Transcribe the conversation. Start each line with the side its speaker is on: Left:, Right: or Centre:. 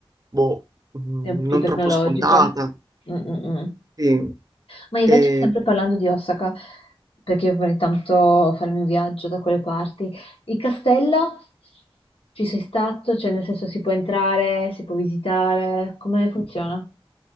Right: boh, mm,
Left: Sì, più
Right: non
Left: tecnologica.
Right: troppo scontata.
Left: Mm, mm, mm.
Right: Sì,
Left: Ma invece,
Right: e
Left: sempre parlando di Osaka, perché io vorrei tanto farmi un viaggio da quelle parti, il castello ci sei stato? Cioè, nel senso, si può entrare, si può visitare, come funziona?